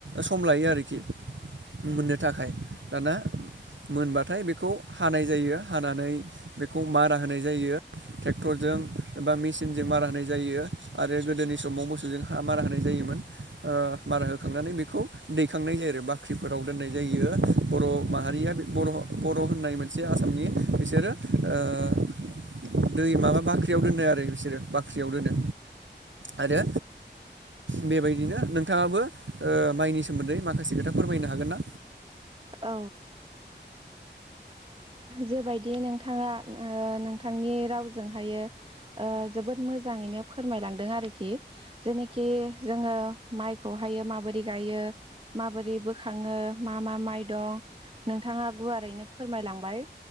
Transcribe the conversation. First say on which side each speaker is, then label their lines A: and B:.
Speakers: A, on the right; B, on the right.
A: सम लायो आरो। टिकिट मोननो थाखाय दाना। मोनबाथाय बेखौ हानाय जायो हानानै बे खौ मारा होनाय जायो ट्रेक्टरजों एबा मेसिनजों मारा होनाय जायो। जायो आरो गोदोनि समाव मोसौजों मारा होनाय जायोन मारा होखांनानै। खौ दैखांनाय जायो आरो बाख्रिफोराव दोननाय जायो बर' माहारिया। बर' बर' होननाय मोनसे आसामनि बिसोरो ओ। दै माबा बाख्रियाव दोनो आरो बिसोरो बाख्रियाव दोनो। आरो। बेबायदिनो नोंथाङाबो माइनि सोमोन्दै माखासे खोथा फोरमायनो हागोन ना।
B: औ। जेबायदि नोंथाङा नोंथांनि रावजोंहायो जोबोद मोजां। मोजाङैनो फोरमायलांदों आरोखि जेनोखि जोङो माइखौहाय माबोरै गायो माबोरै बोखाङो मा मा माइ दं नोंथाङा गुवारैनो फोरमायलांबाय